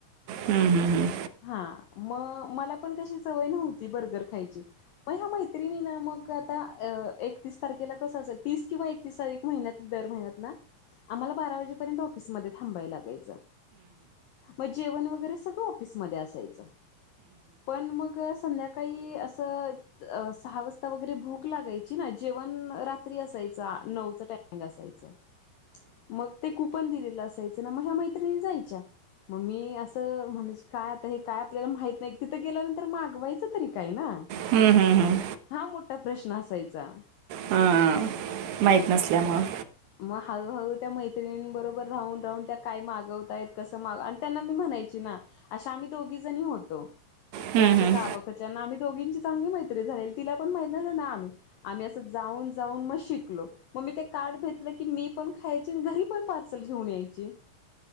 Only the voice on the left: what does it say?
हा म मला पण कशी सवय नव्हती बर्गर खायची. मग ह्या मैत्रिणी ना मग आता अ एकतीस तारखेला कसं आसायच तीस किंवा एकतीस तारीख. महिन्यात दर महिन्यात ना आम्हाला बारा वाजेपर्यंत ऑफिसमध्ये थांबायला लागाय. मग जेवण वगैरे सगळं ऑफिसमध्ये असायचं. पण मग संध्याकाळी असं. अ सहा वाजता वगैरे भूक लागायची ना जेवण रात्री असायचं आ नऊचं टायमिंग असायचं. मग ते कुपन दिलेलं असायचं ना मग ह्या मैत्रिणी जायच्या. मग मी असं म्हण. काय आता हे काय आपल्याला माहित नाही तिथं गेल्यानंतर आठवायचं तरी काय ना.
हा मोठा प्रश्न असायचा.
मग हळूहळू त्या मैत्रिनबरोबर राहून राहून त्या काय मागवताय कसं माग अन त्यांना मी म्हणायची ना. अश्या आम्ही दोघी जणीं होतो
अश्या
गावाक. त्याच्या न आम्ही दोघेची चांगली मैत्रीन झालेलती तिला पण माहित नाही ना आम्ही. आम्ही असं जाऊन जाऊन मग शिकलो मग मी ते कार्ड भित. म्ह की मी पण खायची आणि घरी पण पार्सल घेऊन यायची.